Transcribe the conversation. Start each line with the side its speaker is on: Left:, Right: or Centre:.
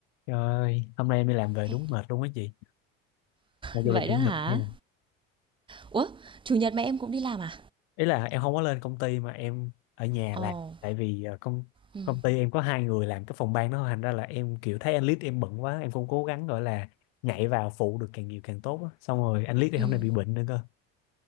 Left: Trời ơi, hôm nay em đi làm về
Right: Hết.
Left: đúng mệt luôn á chị. Mặc
Right: Vậy
Left: dù là Ừ. chủ
Right: đó hả?
Left: nhật nha.
Right: Ủa, chủ nhật mà em cũng đi làm à?
Left: Ý là em không có lên công ty mà em ở nhà
Right: Ồ,
Left: làm. Tại vì ờ, công
Right: ừm,
Left: công ty em có hai người làm cái phòng ban đó. Thành ra là em kiểu thấy anh Lít em bận quá. Em cũng cố gắng gọi là nhảy vào phụ được càng nhiều càng tốt á. Xong rồi anh Lít thì
Right: ừm.
Left: hôm nay bị bệnh nữa cơ.